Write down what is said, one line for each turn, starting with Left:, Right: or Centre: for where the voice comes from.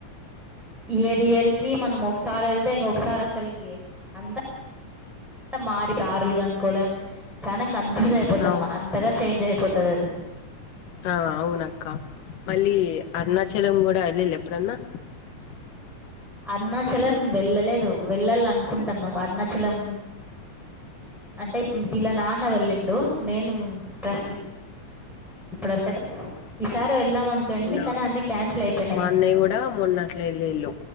Centre: ఇయర్ ఇయర్ కి మనం ఒక్సార్ ఎళ్తే ఇంగొక్సార్ అసల్కి అంతా మారి దారుల్ గన్కోలేం చాన కన్ఫ్యూజ్ అయిపోతమ్మా
Left: అవును
Centre: అంతగా చేంజ్ అయిపోతద్ అది
Left: ఆ అవునక్క మళ్ళీ
Centre: హ్మ్.
Left: అరుణాచలం గుడా ఎళ్ళిళ్ళ ఎప్పుడన్నా హమ్
Centre: అరుణాచలం వెళ్ళలేదు వెళ్ళాల్ అనుకుంటన్నాం అరుణాచలం అంటే వీళ్ళ నాన్న వెళ్ళిండు నేను ప్రస్తి ఇప్పడివరకతే ఈసారి వెళ్ళాం అనుకోనిమి
Left: అవునా
Centre: కానీ అన్ని క్యాన్సిల్ అయ్
Left: మా అన్నయ్య గుడా మొన్న అట్ల ఎళ్ళిళ్ళు